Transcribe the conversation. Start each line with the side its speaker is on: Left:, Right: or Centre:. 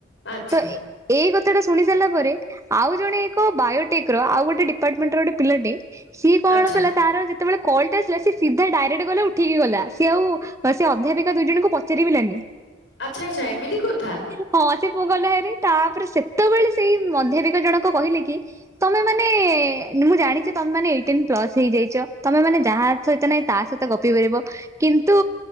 Left: ଆଚ୍ଛା
Right: ତ ଏ ଏଇ କଥାଟା ଶୁଣି ସାରିଲା ପରେ ଆଉ ଜଣେ ଏକ ବାୟୋଟେକ୍ ର ଆଉ ଗୋଟେ ଡି ପାର୍ଟମେଣ୍ଟ ର ଗୋଟେ ପିଲାଟେ ସିଏ କଣ
Left: ଆଚ୍ଛା
Right: କଲା
Left: ଆଚ୍ଛା
Right: ତାର ଯେ ତେବେଳେ କଲଟା ଆସିଲା ସିଏ ସିଧା ଡାଇରେକ୍ଟ ଗଲା ଉଠିକି ଗଲା, ସିଏ ଆଉ ସେ ଅଧ୍ୟାପିକା ଦୁଇଜଣଙ୍କୁ ପଚାରିବିଲାନି।
Left: ଆଚ୍ଛା ଆଚ୍ଛା ଏମିତି କଥା।
Right: ହଁ ସେ ପୁଅ ଗଲା ହେରି। ତାପରେ ସେତେବେଳେ ସେଇ ମଧ୍ୟାପିକା ଜଣକ କହିଲେ କି ତମେମାନେ ମୁଁ ଜାଣିଚି ତମେମାନେ ଏଇଟିନ୍ ପ୍ଲସ ହେଇଯାଇଛ, ତମେମାନେ ଯାହା ସହିତ ନାଇଁ ତା ସହିତ ଗପି ପାରିବ। କିନ୍ତୁ